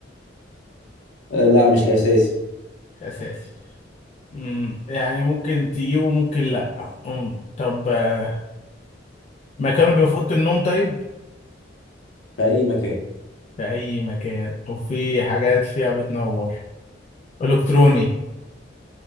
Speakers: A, on the left (about 65°); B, on the left (about 35°).
A: آه، لا مش الأساسي
B: مش اساسي امم يعني ممكن تجيبه ممكن لا امم طب آه، مكانه بيبقى في اوضه النوم طيب
A: في أي مكان
B: في اي مكان وفي حاجات فيها بتنور الكتروني